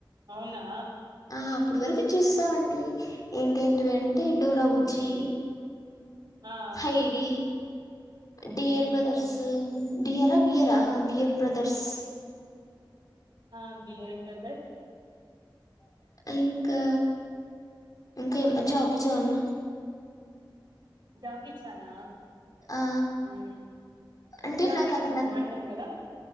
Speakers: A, on the right; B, on the left.
A: అవునా
B: ఆ అప్పటి వరకు చూస్తాంటి ఏంటేంటివి అంటే డోరాబుజ్జి
A: ఆ
B: హైడి డియర్
A: ఉమ్
B: బ్రదర్స్ డియరా బియర్ ఆ బియర్ బ్రదర్స్
A: ఆ బియర్ బ్రదర్
B: ఇంకా ఇంకా ఏం జాకీ జాన్
A: జాకి ఇ చాన్
B: ఆ
A: హ్మ
B: అంటే
A: జాకీచాన్
B: నాకు అది
A: బాగుంటంది కదా